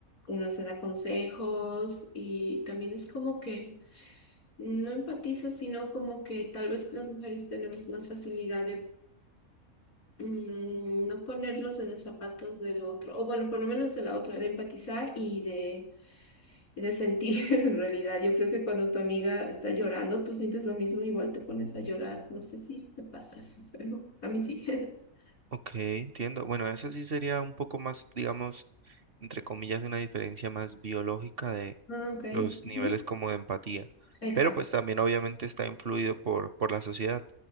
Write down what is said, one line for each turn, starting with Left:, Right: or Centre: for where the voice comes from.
Left: uno se da consejos y también es como que no empatizas, sino como que tal vez las mujeres tenemos más facilidad mm, no ponerlos en los zapatos del otro, o bueno, por lo menos de la otra, de empatizar y de, y de sentir <laughs> en realidad. Yo creo que cuando tu amiga está llorando, tú sientes lo mismo, igual te pones a llorar. No sé si te pasa, <laughs> pero a mí sí. <laughs>
Right: Ok, entiendo. Bueno, esa sí sería un poco más, digamos, entre comillas, una diferencia más biológica de
Left: Ah, ok.
Right: los niveles
Left: Ujú.
Right: como de empatía.
Left: Exacto.
Right: Pero pues también obviamente está influido por, por la sociedad.